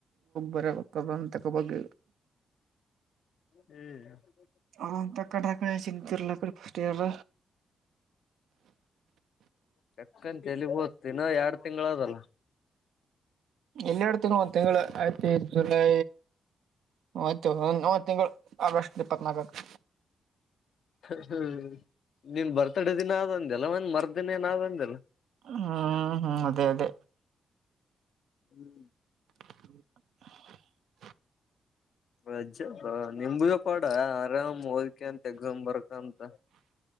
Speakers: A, on the right (about 75°); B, on the left (about 70°).
A: ಬರಾಗತದ ತಕ್ಕೋ ಬಗ್ಗೆ
B: ಹ್ಮ್ <unintelligible>
A: ಆಂತ ಕಡೆ ಆಕಡೆ ಚಿಂತಿಲ್ಲ ಕಡೆ ಫಸ್ಟ್ ಇಯರ್
B: ಚಕ್ಕಂತಲಿ ಹೋತ್ತು ಇನ್ನ ಎರಡ್ ತಿಂಗಳದಲ್ಲ
A: ಇನ್ನೆರಡು ತಿಂಗಳು ಒಂದ್ ತಿಂಗಳು ಐತಿ ಜುಲೈ <unintelligible> ಇನ್ನು ಒನ್ ತಿಂಗಳು ತಿಂಗಳು ಆಗಸ್ಟ್ ಇಪ್ಪತ್ನಾಲ್ಕಕ್ಕೆ
B: ಹ್ಮ ನಿನ್ ಬರ್ತಡ ದಿನ ಆದಂದಲ್ಲ ಒಂದ ಮರ್ದಿನ ಏನಾದಂದಲ್ಲ
A: ಹ್ಮ್ ಹ್ಮ್ ಅದೇ ಅದೇ
B: ಹ್ಮ್ <unintelligible>
A: <inaudible> <inaudible>
B: ವಜ್ಜಪ್ಪ ನಿಂಬದಪಾಡ ಆರಾಮ್ ಓದ್ಕ್ಯಾತ ಎಕ್ಸಾಮ್ ಬರ್ಕಅಂತ